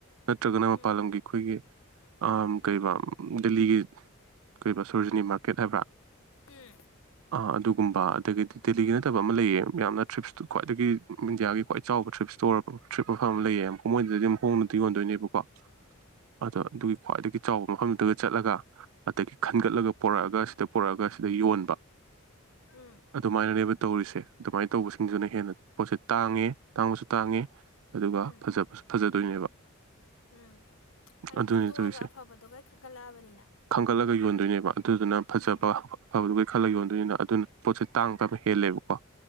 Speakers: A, on the right (about 75°); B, on the left (about 70°).
A: ꯅꯠꯇ꯭ꯔꯒꯅ ꯃꯄꯥꯟ
B: ꯎꯝ
A: ꯂꯝꯒꯤ ꯑꯩꯈꯣꯏꯒꯤ ꯑ ꯀꯕ ꯗꯦꯜꯂꯤꯒꯤ ꯀ ꯁꯣꯔꯖꯤꯅꯤ ꯃꯥꯔꯀꯦꯠ ꯍꯥꯏꯕ꯭ꯔꯥ
B: ꯎꯝ
A: ꯑ ꯑꯗꯨ ꯒꯨꯝꯕ ꯑꯗꯒꯤꯗꯤ ꯗꯦꯜꯂꯤꯒꯤ ꯅꯠꯇꯕ ꯑꯃ ꯂꯩꯑꯌꯦ ꯌꯥꯝꯅ ꯇ꯭ꯔꯤꯞꯁꯇꯨ ꯈ꯭ꯋꯥꯏꯗꯒꯤ ꯏꯟꯗꯤꯌꯥꯒꯤ ꯈ꯭ꯋꯥꯏ ꯆꯥꯎꯕ ꯇ꯭ꯔꯤꯞꯁꯇꯨ ꯑꯣꯏꯔꯕ ꯇ꯭ꯔꯤꯞ ꯃꯐꯝ ꯑꯃ ꯂꯩꯌꯦ ꯑꯃ ꯃꯣꯏꯗꯗꯤ ꯑꯃꯨꯛ ꯍꯣꯡꯅꯗꯤ ꯌꯣꯟꯗꯣꯏꯅꯦꯕꯀꯣ ꯑꯗ ꯑꯗꯨꯒꯤ ꯈ꯭ꯋꯥꯏꯗꯒꯤ ꯆꯥꯎꯕ ꯃꯐꯝꯗꯨꯗ ꯆꯠꯂꯒ ꯑꯗꯒꯤ ꯈꯟꯒꯠꯂꯒ ꯄꯣꯔꯛꯑꯒ ꯁꯤꯗ ꯄꯣꯔꯛꯑꯒ ꯁꯤꯗ ꯌꯣꯟꯕ
B: ꯎꯝ
A: ꯑꯗꯨꯃꯥꯏꯅꯅꯦꯕ ꯇꯧꯔꯤꯁꯦ ꯑꯗꯨꯃꯥꯏꯅ ꯇꯧꯕꯁꯤꯡꯗꯨꯅ ꯍꯦꯟꯅ ꯄꯣꯠꯁꯦ ꯇꯥꯡꯉꯦ ꯇꯥꯡꯕꯁꯨ ꯇꯥꯡꯉꯦ ꯑꯗꯨꯒ
B: ꯎꯝ
A: ꯐꯖꯕꯁꯨ ꯐꯖꯗꯣꯏꯅꯦꯕ
B: ꯎꯝ ꯍꯥꯏꯗꯤ
A: ꯑꯗꯨꯅꯤ
B: ꯈꯟꯇꯣꯛꯑꯒ
A: ꯇꯧꯔꯤꯁꯦ
B: ꯑꯐꯕꯗꯨꯒ ꯈꯟꯒꯠꯂꯛꯑꯕꯅꯤꯅ
A: ꯈꯟꯒꯠꯂꯒ ꯌꯣꯟꯗꯣꯏꯅꯦꯕ ꯑꯗꯨꯗꯨꯅ ꯐꯖꯕ
B: ꯎꯝ
A: ꯑꯐꯕꯗꯨ ꯈꯜꯂꯒ ꯌꯣꯟꯗꯣꯏꯅꯤ ꯑꯗꯨꯅ ꯄꯣꯠꯁꯦ ꯇꯥꯡꯕ ꯀꯕ ꯍꯦꯜꯂꯦꯕꯀꯣ